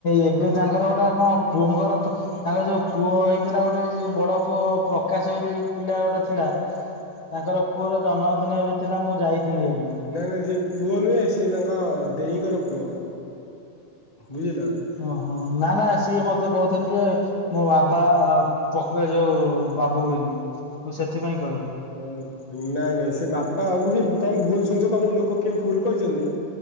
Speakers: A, on the left; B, on the left.
A: ଏବେ ତାଙ୍କର ଗୋଟେ କଣ ପୁଅଙ୍କର ତାଙ୍କର ଯୋଉ ପୁଅଇ ଥିଲା ଗୋଟେ ଯଉ ବଡ ପୁଅ ପ୍ରକାଶ ପିଲା ଗୋଟେ ଥିଲା ତାଙ୍କର ପୁଅର ଜନ୍ମଦିନ ଏବେ ଥିଲା ମୁଁ ଯାଇଥିଲି
B: ହଁ
A: ଆଜ୍ଞା।
B: ନାଇଁ ନାଇଁ ସେ ପୁଅ ନୁହେଁ ସେ ତାଙ୍କ ଦେଇଙ୍କର ପୁଅ। ବୁଝିଲ।
A: ଓହୋ ନା ନା ସିଏ ମ ତେ କହୁଥିଲି ଯେ ମୋ ବାବା ପକ ଯୋଉ ବାବୁ ବୋଲି। ମୁଁ ସେଥିପାଇଁ କହିଲି
B: ହ ନାଇଁ ନାଇଁ ସେ ବାପା ବାବୁ ସେ ତମେ ଭୁଲ ଶୁଣିଛ ତମକୁ ଲୋକ କିଏ ଭୁଲ କହିଛନ୍ତି।